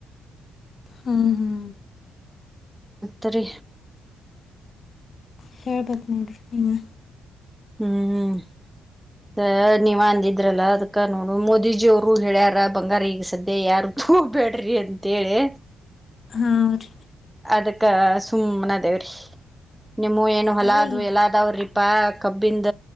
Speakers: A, on the left; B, in the centre.
A: ಹ್ಮ್ ಹ್ಮ್
B: ್ರೇ
A: ಹಳ್ ಬತಮಬೇಕ
B: ಹ್ಮ್್ಮ ನೀವ್ ಅಂದಿದ್ರಲ್ಲ ಅದ್ ಕಾನೂನು ಮೋದಿಜಿ ಅವರು ಹೇಳ್ಯಾರ ಬಂಗಾರ ಈಗ ಸದ್ಯ ಯಾರ್ ಹೋಗ್ಬೇಡ್ರಿ ಅಂತೇಳಿ
A: ಹಾ ರ
B: ಅದಕ್ಕ ಸುಮ್ಮ್ನ ದೇವ್ರಿ ನಿಮ್ಮ ಏನು ಹಲಾ
A: ಅದ
B: ಅದು
A: ಇದ್
B: ಎಲ್ಲಾದ್ರ ಪ್ಪಾ ಕಬ್ಬಿಂದ